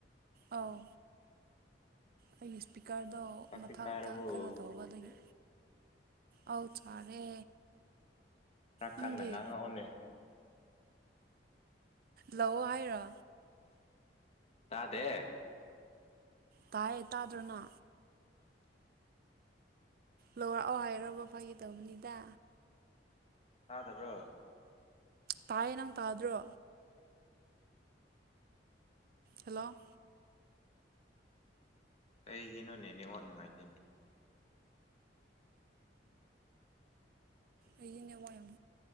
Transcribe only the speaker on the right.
ꯑꯥꯎ ꯑꯩꯒꯤ ꯏꯁꯄꯤꯀꯔꯗꯣ
ꯃꯊꯥꯛꯇ
ꯀꯩꯅꯣ ꯇꯒꯗꯒꯤ ꯑꯥꯎ ꯆꯔꯦ
ꯑꯪꯗꯤ
ꯂꯥꯛꯑꯣ ꯍꯥꯏꯔꯣ
ꯇꯥꯏꯑꯦ ꯇꯥꯗ꯭ꯔꯅ ꯂꯔꯛꯑꯣ ꯍꯥꯏꯔꯔꯕ ꯐꯒꯦ ꯇꯧꯕꯅꯤꯗ
ꯇꯥꯏꯌꯦ ꯅꯪ ꯇꯥꯗ꯭ꯔꯣ ꯍꯜꯂꯣ
ꯑꯩꯁꯅꯦ ꯋꯥ ꯌꯥꯝ